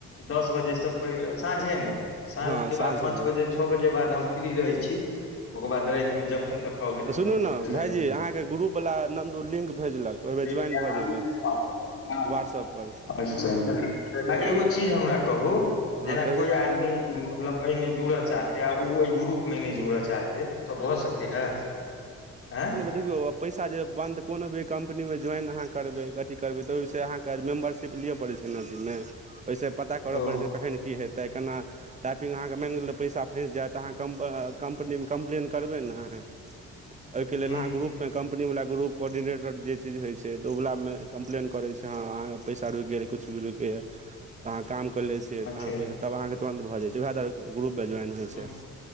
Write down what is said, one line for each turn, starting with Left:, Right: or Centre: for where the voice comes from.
Left: दस बजे से पहिले साँझेमे साँझ
Right: हँ
Left: केँ बाद
Right: साँझेमे
Left: पाँच बजे छ बजे बाद हम फ्री रहै छी ओकर बाद राइत मे ज जखन तक कहबै तखन
Right: सुनू
Left: तक
Right: ने
Left: ओएला
Right: भायजी
Left: नय दिक्कत
Right: अहाँके ग्रुपवला नन्दू लिंक भेजलक ओहिमे ज्वाइन
Left: <inaudible> <inaudible>
Right: भऽ जेबै व्हाट्सअप पर
Left: अच्छा <inaudible> आ
Right: हँ
Left: एगो चीज हमरा कहू
Right: हँ
Left: जेना
Right: कहियौ
Left: कोई आदमी मतलब एहिमे जुड़ऽ चाहतै आ उ ओ ओय ग्रुप मे नैह जुड़ऽ चाहतै हैय तब भसकै हेएऽ अैंय
Right: देखियो पैसा जे बन्द कोनो भी कम्पनी मे ज्वाइन आहाँ करबै कथी करबै तऽ ओय से आहाँ कैल मेंबरसिप लिय परैछैय न अथी मे पता करय
Left: ओ
Right: प छै कखन की हेत तऽ केना टाइपिंग अहाँके मैन गेल तऽ पैसा फैस जेऽत अहाँ कम्प- कम्पनी मे कम्प्लेन करबै न आहाँ एैय के लेल
Left: ह
Right: आहाँ ग्रूप कम्पनीवला ग्रुप कोर्डिनेटर जे चीज होइ छै तऽ ओला मे कम्प्लेन करै छैय आहाँ पैसा रुइक गेल एै कुछ भी रुक गेलअहाँ काम करले छी <unintelligible>
Left: अच्छा
Right: तब अहाँके तुरन्त भऽ जाइ छैय उएह द्वारे ग्रुप ज्वाइन होइ छैय
Left: ह